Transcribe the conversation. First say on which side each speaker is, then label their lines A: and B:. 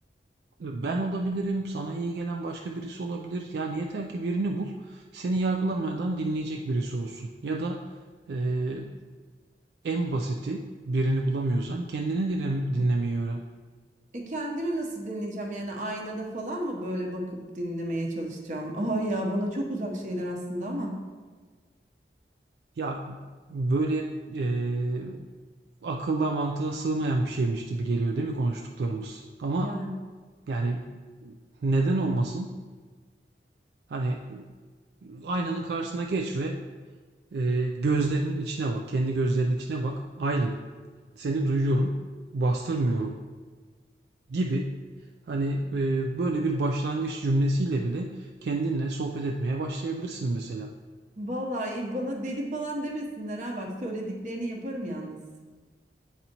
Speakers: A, on the right; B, on the right.
A: Ben olabilirim, sana iyi gelen başka birisi olabilir. Yani yeter ki birini bul, seni yargılamadan dinleyecek birisi olsun. Ya da eee, en basiti birini bulamıyorsan kendini dinle- dinlemeyi öğren.
B: E kendimi nasıl dinleyeceğim? Yani aynada falan mı böyle bakıp dinlemeye çalışacağım? Ay ya bana çok uzak şeyler aslında ama.
A: Ya böyle eee akılla mantığa sığmayan bir şeymiş gibi geliyor değil mi konuştuklarımız? Ama
B: Yani
A: yani neden olmasın? Hani aynanın karşısına geç ve eee, gözlerinin içine bak, kendi gözlerinin içine bak. Aylin, seni duyuyorum, bastırmıyorum. gibi hani, eee, böyle bir başlangıç cümlesiyle bile kendinle sohbet etmeye başlayabilirsin mesela.
B: vallahi bana deli falan demesinler ha bak söylediklerini yaparım yalnız.